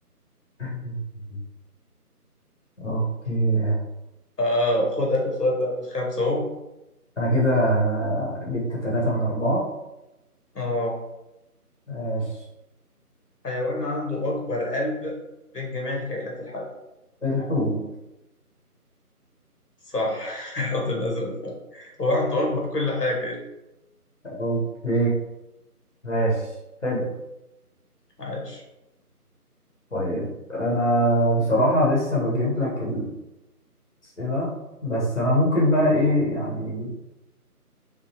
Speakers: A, on the left; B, on the left.
A: <laughs> اوكي
B: آه خد اخر سؤال بقى من الخمسه اهو
A: انا كده جبت ثلاثة من أربعة
B: اه
A: ماشي
B: حيوان عنده اكبر قلب بين جميع الكائنات الحيه
A: الحوت
B: صح <laughs> الحوت الازرق فعلا هو عنده اكبر كل حاجه
A: اوكي ماشي حلو
B: عايش
A: طيب انا بصراحة لسه بجيب لك الأسئلة بس انا ممكن بقى ايه يعني